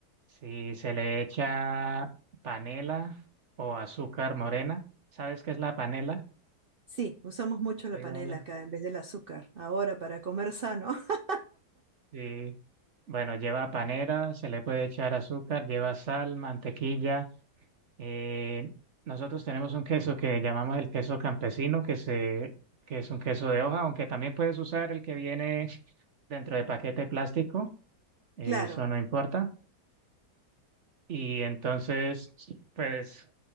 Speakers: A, on the right; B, on the right.
A: Si se le echa panela o azúcar morena, ¿sabes qué es la panela?
B: Sí, usamos mucho
A: ¿Has
B: la
A: oído
B: panela
A: hablar?
B: acá en vez del azúcar, ahora para comer sano. <laughs>
A: Sí. Bueno, lleva panela, se le puede echar azúcar, lleva sal, mantequilla. Eh, nosotros tenemos un queso que llamamos el queso campesino, que se, que es un queso de hoja, aunque también puedes usar el que viene dentro de paquete plástico, eh,
B: Claro.
A: eso no importa. Y entonces, pues